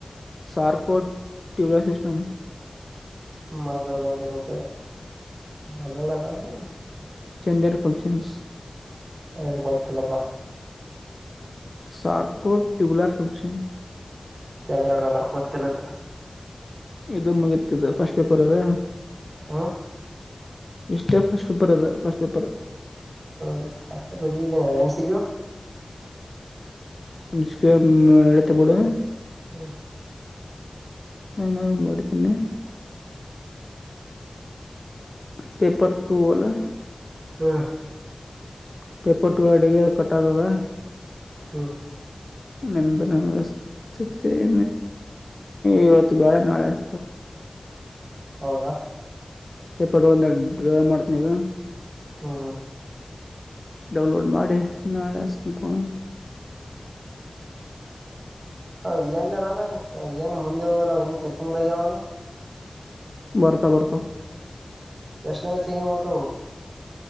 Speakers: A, on the left (about 50°); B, on the right (about 80°).
A: Sarcotubular system.
B: ಮಜಲ್ ಭಗೆ ರೋಕಲ್ಲ ಮಜಲ್ದಟತ.
A: Their functions.
B: ಹ ಕೊತ್ತಲ್ಲಪ್ಪ.
A: Sarco tabular function.
B: ಯತ್ರ ಕಾದ ಕೊಚ್ಚಲ್ಲ.
A: ಇದು ಮುಗತದ ಫಸ್ಟ್ ಪೇಪರ್ ಅದ
B: ಹ
A: ಇಷ್ಟೇ ಫಸ್ಟ್ ಪೇಪರ್ ಅದ ಫಸ್ಟ್ ಪೇಪರ್
B: ಹ್ ಮ ಸಿ ಕ್ಯು
A: ಎಳತ ಬಿಡುುವ.
B: ಹ್ಮ.
A: ನಂಗ ಒ ಮಾಡಡಿ ತನ್ನೆ. ಪೇಪರ್ ಟು ಒಲ್ಲಾ.
B: ಹಾ.
A: ಪೇಪರ್ ಟುಲ್ಟಿಗೆ ಕಟ್ಟತದ.
B: ಹ್ಮ
A: ನಿಂದು ನಿಮಸ್. ಚು ತ್ರಿಕೆ ಇವತ್ತು ಬೇಡ ಕ
B: ಹೌದಾ.
A: ಪೇಪಟ್ಟ ಒಂದಡ ಮಾಡ್ತ್ನಗ
B: ಹಾ ಹಾ
A: ಡೌನ್ಲೋಡ್ ಮಾಡಿ ನಾಳೆಷ್ಟಂತ ತೊಡ
B: ಅ ಎಏನ್ಲ ರನಾ ಏನು ಮುಂದೆ ಇ ಇನು ಚೆಕ್ಕಿಂಗ್ ತಗವಲ್ಲ
A: ಬರ್ತಾ ಬರ್ತಾ
B: ಎಷ್ಟ್ ದಿನ ಚೆಂಗಿಂಗ ಓತವು